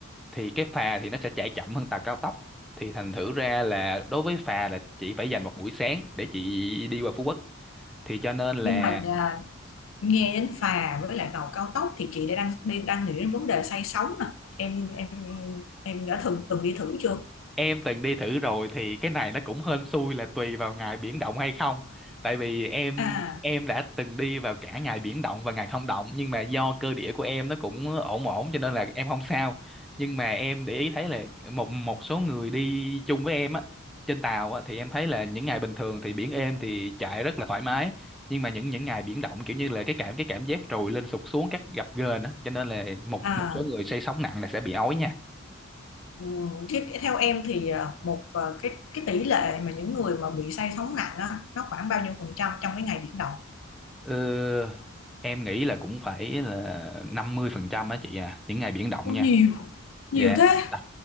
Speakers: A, in the centre; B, on the left.
A: thì cái phà thì nó sẽ chạy chậm hơn tàu cao tốc. Thì thành thử ra là đối với phà là chị phải dành một buổi sáng để chị đi qua Phú Quốc. Thì cho nên là
B: Nhưng mà à, nghe đến phà với lại tàu cao tốc thì chị đã đang đi- đang nghĩ đến vấn đề say sóng nè em em em đã từng từng đi thử chưa
A: em từng đi thử rồi thì cái này nó cũng hên xui là tùy vào ngày biển động hay không tại vì em
B: à
A: em đã từng đi vào cả ngày biển động và ngày không động nhưng mà do cơ địa của em nó cũng ổn ổn cho nên là em không sao nhưng mà em để ý thấy là một một số người đi chung với em á trên tàu á thì em thấy là những ngày bình thường thì biển êm thì chạy rất là thoải mái nhưng mà những những ngày biển động kiểu như là cái cảm cái cảm giác trồi lên sụt xuống các gập ghềnh á cho nên là một
B: à
A: một số người say sóng nặng là sẽ bị ói nha
B: ừ, thế theo em thì à, một à, cái cái tỷ lệ mà những người mà bị say sóng nặng á, nó khoảng bao nhiêu phần trăm trong cái ngày biển động
A: Ờ, em nghĩ là cũng phải là 50% á chị à, những ngày biển động
B: Ủa,
A: nha.
B: nhiều nhiều
A: Dạ.
B: thế
A: Tại